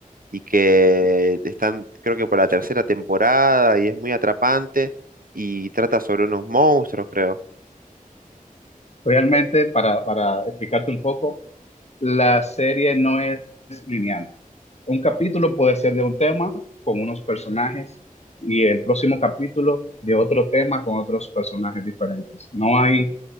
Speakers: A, on the right; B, on the left.
A: y que están, creo que por la tercera temporada y es muy atrapante y trata sobre unos monstruos, creo.
B: Realmente, para, para explicarte un poco, la serie no es lineal. Un capítulo puede ser de un tema con unos personajes y el próximo capítulo de otro tema con otros personajes diferentes. No hay,